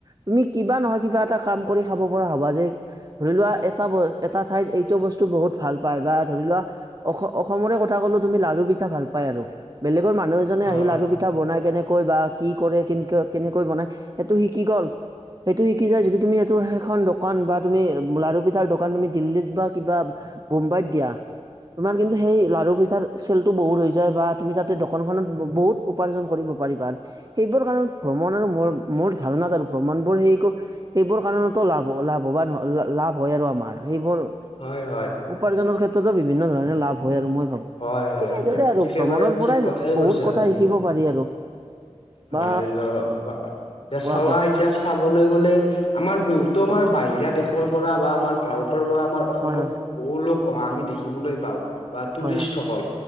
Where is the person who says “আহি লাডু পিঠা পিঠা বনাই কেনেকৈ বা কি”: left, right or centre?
Right